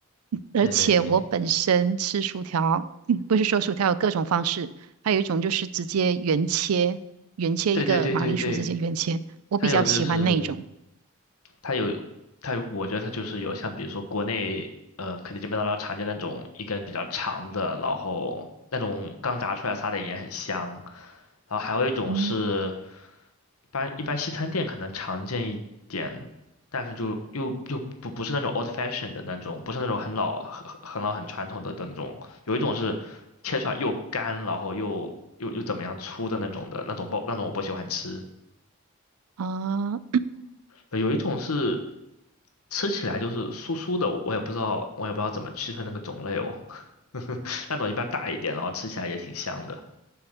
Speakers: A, on the right; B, on the left.
A: 而且我本身吃薯条，
B: 对对对
A: 嗯不是说薯条有各种方式，还有一种就是直接原切，原切一个马铃薯直接原切，
B: 对对对对对，
A: 我比较喜欢那一种。
B: 它有就是。它有它有，我觉得它就是有像比如说国内呃肯德基、麦当劳常见那种一根比较长的，然后那种刚炸出来撒点盐很香，然后还有一种是
A: 嗯，
B: 一般一般西餐店可能常见一点，但是就又又不不是那种 old fashion 的那种，不是那种很老很很老很传统的那种，有一种是切出来又干，然后又又又怎么样粗的那种的那种包那种我不喜欢吃。
A: 啊、
B: 对有一种是吃起来就是酥酥的，我也不知道，我也不知道怎么区分那个种类哦。<laughs> 那种一般大一点，然后吃起来也挺香的。